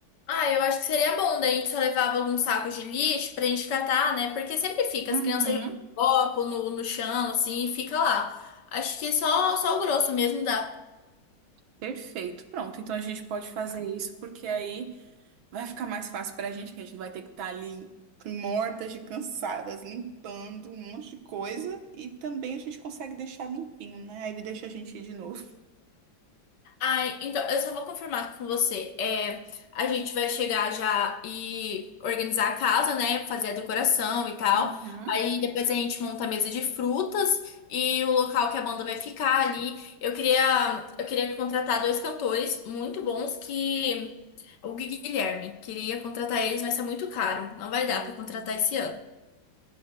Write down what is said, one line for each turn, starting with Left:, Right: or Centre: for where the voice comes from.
Left: Ah, eu acho que seria bom, daí a gente só levava alguns sacos de lixo pra gente catar, né? Porque sempre fica,
Right: Uhum.
Left: as crianças jogam copo no, no chão, assim, e fica lá. Acho que só, só o grosso mesmo dá.
Right: Perfeito, pronto. Então a gente pode fazer isso, porque aí vai ficar mais fácil pra gente, que a gente não vai ter que estar ali mortas de cansadas, limpando um monte de coisa. E também a gente consegue deixar limpinho, né? Aí ele deixa a gente ir de novo.
Left: Ai, então, eu só vou confirmar com você. É, a gente vai chegar já e organizar a casa, né? Fazer a decoração e tal.
Right: Uhum.
Left: Aí depois a gente monta a mesa de frutas e o local que a banda vai ficar ali. Eu queria, eu queria contratar dois cantores muito bons que o Guilherme queria contratar eles, mas é muito caro. Não vai
Right: <laughs>
Left: dar pra contratar esse ano.